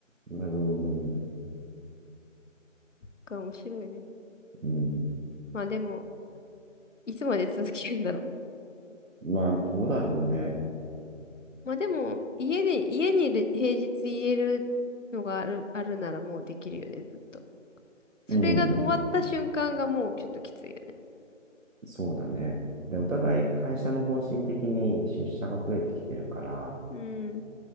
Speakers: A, on the right; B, on the left.
A: 謎のような。
B: か、面白いね。
A: うん。
B: まあでも、いつまで続けるんだろう。
A: まあ、どうだろうね。
B: <laughs> まあでも、家で、家にいる平日言えるのがある、あるならもうできるよね、ずっと。それが終わった瞬間がもうちょっときついよね。
A: うん。で、そうだね。で、お互い会社の方針的に出社が増えてきてるから、
B: う